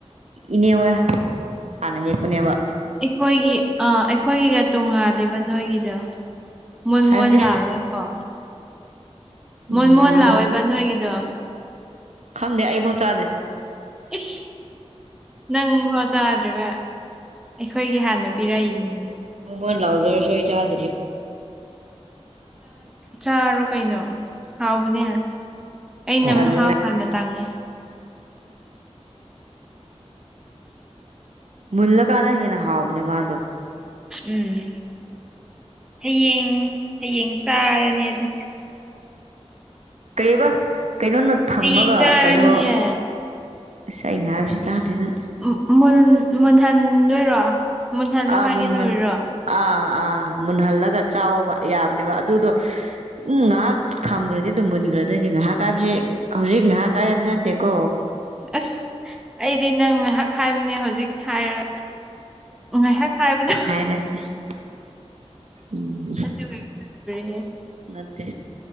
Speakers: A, on the right (about 80°); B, in the centre.
A: ꯏꯅꯦ ꯍꯣꯏ ꯍꯥꯟꯅ ꯍꯦꯛꯄꯅꯦꯕ
B: ꯑꯩꯈꯣꯏꯒꯤ ꯑꯥ ꯑꯩꯈꯣꯏꯒꯤꯒ ꯇꯣꯉꯥꯂꯦꯕ ꯅꯣꯏꯒꯤꯗꯣ ꯃꯣꯟ
A: ꯍꯥꯏꯕꯗꯤ
B: ꯃꯣꯟ ꯂꯥꯎꯔꯣꯏ ꯑ ꯃꯣꯟ
A: ꯎꯝ
B: ꯃꯣꯟ ꯂꯥꯎꯋꯦꯕ ꯅꯣꯏꯒꯤꯗꯣ
A: ꯈꯪꯗꯦ ꯑꯩꯕꯥꯎ ꯆꯥꯗꯦ
B: ꯑꯁ ꯅꯪ ꯍꯖꯥꯗꯨꯒ ꯑꯩꯈꯣꯏꯒꯤ ꯍꯥꯟꯅ ꯄꯤꯔꯛꯏꯅꯦꯕꯅ
A: ꯃꯣꯟ ꯂꯥꯎꯖꯔꯁꯨ ꯑꯩ ꯆꯥꯗ꯭ꯔꯤꯕ
B: ꯆꯥꯔꯣ ꯀꯩꯅꯣ ꯍꯥꯎꯕꯅꯦ ꯑꯩꯅ
A: ꯇꯜꯂꯦ
B: ꯍꯥꯎ ꯍꯥꯟꯅ ꯇꯥꯡꯉꯦ
A: ꯃꯨꯜꯂ ꯀꯥꯟꯅ ꯍꯟꯅ ꯍꯥꯎꯕꯅꯤ ꯃꯥ ꯑꯗꯨ
B: ꯎꯝ ꯍꯌꯦꯡ ꯍꯌꯦꯡ ꯆꯥꯔꯅꯤ ꯑꯗꯨ
A: ꯀꯩꯕ ꯀꯩꯅꯣꯅ ꯊꯝꯃꯒ
B: ꯍꯌꯦꯡ ꯆꯥꯔꯅꯤꯌꯦ
A: ꯀꯩꯅꯣ ꯑꯁ ꯑꯩꯅ ꯍꯥꯏꯕꯁꯤ ꯇꯥꯗꯦꯅ
B: <unintelligible> ꯃꯨꯟꯍꯟꯗꯣꯏꯔꯣ ꯃꯨꯟꯍꯜꯂꯣ
A: ꯑꯥ
B: ꯍꯥꯏꯒꯦ
A: ꯃꯨꯟꯍꯟ
B: ꯇꯧꯔꯤꯔꯣ
A: ꯑꯥ ꯑꯥ ꯃꯨꯟꯍꯜꯂꯒ ꯆꯥꯎꯕ ꯌꯥꯕꯅꯦꯕ ꯑꯗꯨꯗꯣ ꯎꯝ ꯉꯥꯏꯍꯥꯛ ꯈꯝꯈ꯭ꯔꯗꯤ ꯑꯗꯨꯝ ꯃꯨꯟꯈ꯭ꯔꯗꯣꯏꯅꯤ ꯉꯥꯏꯍꯥꯛ ꯍꯥꯏꯕꯁꯦ ꯍꯧꯖꯤꯛ ꯉꯥꯏꯍꯥꯛ ꯀꯥꯏ ꯍꯥꯏꯕꯅ ꯗꯀꯣ
B: ꯑꯁ ꯑꯩꯗꯤ ꯅꯪ ꯉꯥꯏꯍꯥꯛ ꯍꯥꯏꯕꯅꯦ ꯍꯧꯖꯤꯛ ꯍꯥꯏꯔ ꯉꯥꯏꯍꯥꯛ ꯍꯥꯏꯕꯗ
A: <unintelligible> ꯎꯝ
B: ꯑꯗꯨꯒ ꯈꯜꯂꯨꯔꯦ
A: ꯅꯠꯇꯦ